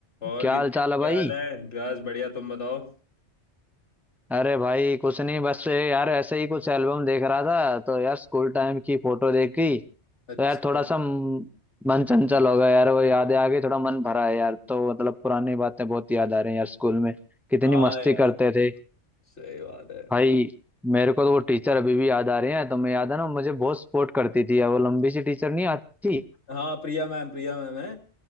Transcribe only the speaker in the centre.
क्या
हाल चाल है
भाई
अरे भाई कुछ नहीं बस ये यार ऐसे ही कुछ एल्बम देख रहा था तो यार स्कूल टाइम की फोटो देखी
तो यार थोड़ा सा म- मन चंचल हो गया यार वो यादें आ गई थोड़ा मन भरा है यार तो मतलब पुरानी बातें बहुत याद आ रही हैं यार स्कूल में कितनी
मस्ती
करते थे
भाई मेरे को तो वो टीचर अभी भी याद आ रहे हैं तो मैं याद है ना मुझे बहुत सपोर्ट करती थी यार वो लंबी सी टीचर नहीं आती